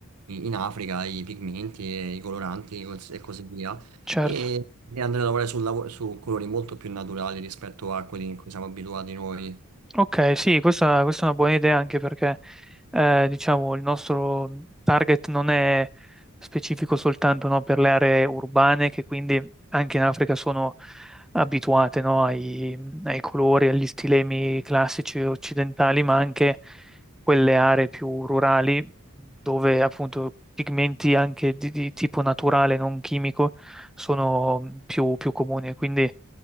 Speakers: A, on the right; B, in the centre.
A: eh, in Africa, i pigmenti e i coloranti e cos- e così via
B: certo.
A: e e andare a lavorare sul lavo- su colori molto più naturali rispetto a quelli in cui siamo abituati noi.
B: Ok, sì, questa, questa è una buona idea anche perché eh, diciamo il nostro target non è specifico soltanto no, per le aree urbane che quindi anche in Africa sono abituate no, ai, ai colori, agli stilemi classici occidentali, ma anche quelle aree più rurali dove appunto pigmenti anche di, di tipo naturale, non chimico, sono più, più comuni. Quindi